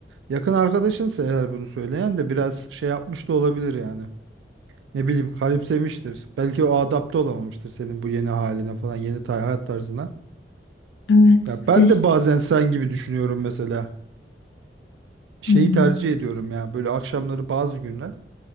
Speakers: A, on the right (about 80°); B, on the left (about 75°).
A: yakın arkadaşınsa eğer bunu söyleyen de biraz şey yapmış da olabilir yani. Ne bileyim garipsemiştir. Belki o adapte olamamıştır senin bu yeni haline falan, yeni ta- hayat tarzına.
B: Evet.
A: Ya ben
B: Res-
A: de bazen sen gibi düşünüyorum mesela. Şeyi
B: Hmm.
A: tercih ediyorum ya böyle akşamları bazı günler.